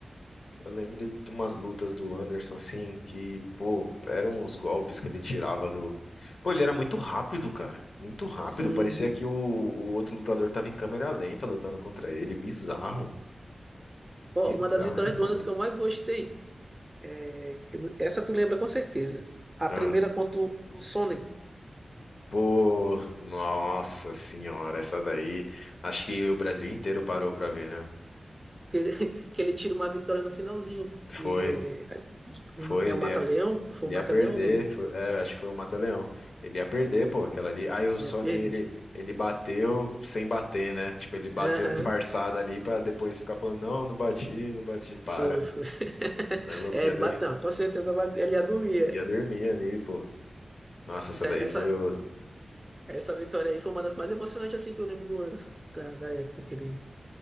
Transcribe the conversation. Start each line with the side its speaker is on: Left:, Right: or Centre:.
Left: eu lembro de umas lutas do Anderson assim, que, pô, eram uns golpes que ele tirava do Pô, ele era muito rápido, cara. Muito rápido.
Right: Sim.
Left: Parecia que o, o outro lutador tava em câmera lenta lutando contra ele. Bizarro. Bizarro
Right: Ó, uma das vitórias
Left: demais.
Right: do Anderson que eu mais gostei. é, essa tu lembra com certeza. A primeira
Left: Ah,
Right: contra o o Sonnen,
Left: pô, nossa senhora, essa daí. Acho que o Brasil inteiro parou pra ver, né?
Right: que ele, <laughs> que ele tira uma vitória no finalzinho. E
Left: Foi,
Right: é, um-
Left: foi,
Right: é
Left: ele
Right: o Mata-Leão?
Left: ia,
Right: Foi
Left: ele
Right: o Mata-Leão?
Left: ia perder.
Right: Não lembro.
Left: foi- é, acho que foi o Mata-Leão. Ele ia perder, pô, aquela ali. Aí o
Right: Ele
Left: Sonnen,
Right: ia perder.
Left: ele, ele bateu sem bater, né? Tipo, ele bateu
Right: Aham.
Left: disfarçado ali pra depois ficar falando: não, não bati, não bati, para.
Right: Foi, foi. <laughs>
Left: Aí o louco
Right: É,
Left: ia,
Right: ele
Left: dor-
Right: bateu, com certeza bateu, ele ia dormir. é.
Left: ia dormir ali, pô. Nossa,
Right: Essa
Left: essa daí
Right: Essa,
Left: foi o.
Right: essa vitória aí foi uma das mais emocionantes assim que eu lembro do Anderson, da, da época que ele,